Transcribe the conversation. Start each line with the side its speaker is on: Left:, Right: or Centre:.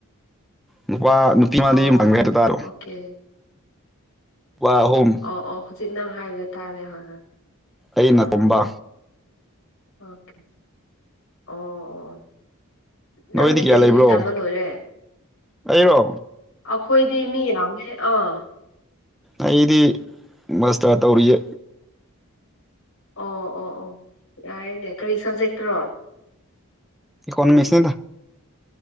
Centre: ꯅꯨꯄꯥ ꯅꯨꯄꯤꯃꯗꯤ
Left: ꯑꯣ
Centre: ꯌꯨꯝ ꯐꯪꯒꯦ ꯍꯥꯏꯛꯇ ꯇꯥꯔꯣ꯫
Left: ꯑꯣꯀꯦ꯫
Centre: ꯋꯥ ꯍꯣꯝ
Left: ꯑꯣ ꯑꯣ ꯍꯧꯖꯤꯛ ꯅꯪ ꯍꯥꯏꯕꯗ ꯇꯥꯔꯦ ꯍꯣꯏ ꯍꯣꯏ
Centre: ꯑꯩꯅ
Left: ꯑꯣ
Centre: ꯇꯨꯝꯕ
Left: ꯑꯣꯀꯦ ꯑꯣ ꯑꯣ ꯅꯪꯗꯤ
Centre: ꯅꯣꯏꯗꯤ ꯀꯌꯥ
Left: ꯀꯔꯤ
Centre: ꯂꯩꯕ꯭ꯔꯣ
Left: ꯀꯔꯤ ꯇꯝꯕ ꯂꯣꯏꯔꯦ
Centre: ꯑꯩꯔꯣ
Left: ꯑꯩꯈꯣꯏꯗꯤ ꯃꯤ ꯌꯥꯝꯃꯦ ꯑꯥ
Centre: ꯑꯩꯗꯤ ꯃꯁꯇꯔ ꯇꯧꯔꯤꯌꯦ
Left: ꯑꯣ ꯑꯣ ꯑꯣ ꯌꯥꯏꯅꯦ ꯀꯔꯤ ꯁꯕꯖꯦꯛꯇꯔꯣ
Centre: ꯏꯀꯣꯅꯣꯃꯤꯛꯁꯗ